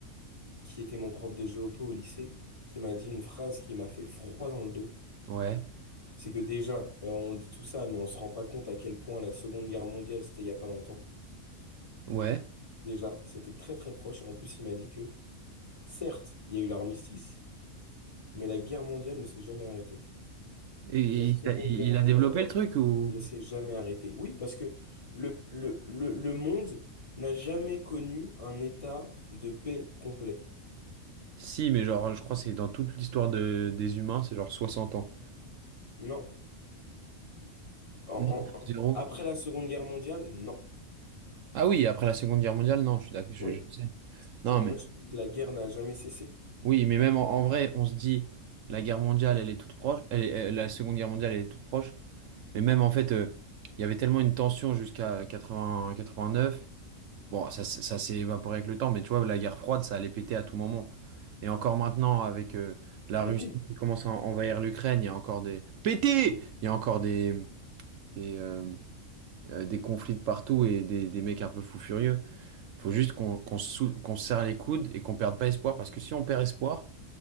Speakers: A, on the left; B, on the right.
A: qui était mon prof de géopo au lycée qui m'a dit une phrase qui m'a fait froid dans le dos.
B: Ouais,
A: C'est que déjà, euh, on dit tout ça, mais on se rend pas compte à quel point la Seconde Guerre mondiale, c'était il y a pas longtemps.
B: ouais.
A: Déjà, c'était très très proche. Et en plus, il m'a dit que, certes, il y a eu l'armistice, Mais la guerre mondiale ne s'est jamais arrêtée.
B: Et,
A: La Seconde
B: et il a il
A: Guerre mondiale
B: a développé le truc ou...
A: ne s'est jamais arrêtée. Oui, parce que le, le, le, le monde n'a jamais connu un état de paix complet.
B: Si, mais genre, je crois que c'est dans toute l'histoire de, des humains, c'est genre 60 ans.
A: Non. En-
B: Non,
A: en- en-
B: zéro.
A: Après la Seconde Guerre mondiale, non.
B: Ah oui, après la Seconde Guerre mondiale, non, je suis d'accord, je,
A: Oui.
B: je sais.
A: C'est
B: Non,
A: pour
B: mais...
A: ça que je dis que la guerre n'a jamais cessé.
B: Oui, mais même en, en vrai, on se dit, la guerre mondiale, elle est toute proche, elle est- euh, la Seconde Guerre mondiale, elle est toute proche, mais même en fait, euh, il y avait tellement une tension jusqu'à 80, 89, bon, ça, s'est- ça s'est évaporé avec le temps, mais tu vois, la guerre froide, ça allait péter à tout moment. Et encore maintenant, avec euh, la
A: Pété.
B: Russie qui commence à envahir l'Ukraine, il y a encore des... Pété! Il y a encore des, des, euh, euh, des conflits de partout et des, des mecs un peu fous furieux. Faut juste qu'on qu'on se sou- qu'on se serre les coudes et qu'on perde pas espoir, parce que si on perd espoir...